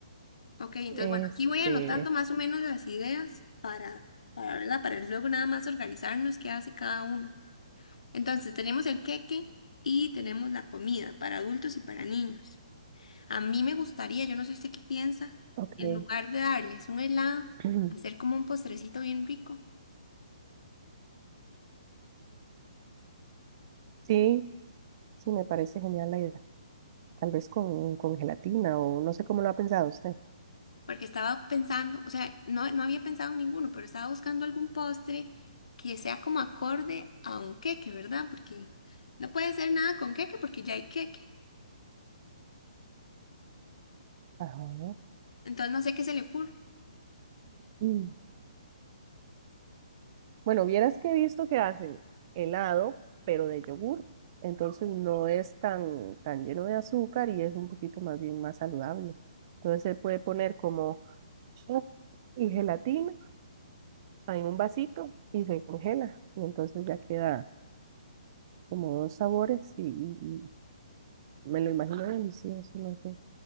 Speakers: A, on the left (about 70°); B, on the right (about 40°).
A: Ok, entonces
B: Este,
A: bueno, aquí voy anotando más o menos las ideas para, para, ¿verdad? Para luego nada más organizarnos qué hace cada una. Entonces tenemos el queque y tenemos la comida para adultos y para niños. A mí me gustaría, yo no sé usted qué piensa,
B: ok.
A: en lugar de darles un helado,
B: <clears throat>
A: hacer como un postrecito bien rico,
B: Sí, sí, me parece genial la idea. tal vez con, con gelatina o no sé cómo lo ha pensado usted.
A: porque estaba pensando, o sea, no, no había pensado en ninguno, pero estaba buscando algún postre que sea como acorde a un queque, ¿verdad? Porque no puede ser nada con queque porque ya hay queque.
B: Ajá.
A: Entonces no sé qué se le ocurre.
B: Mm. Bueno, vieras que he visto que hacen helado, pero de yogur, entonces no es tan, tan lleno de azúcar y es un poquito más bien más saludable. Entonces se puede poner como yogur y gelatina en un vasito y se congela y entonces ya queda como dos sabores y, y- y me lo imagino delicioso, no sé.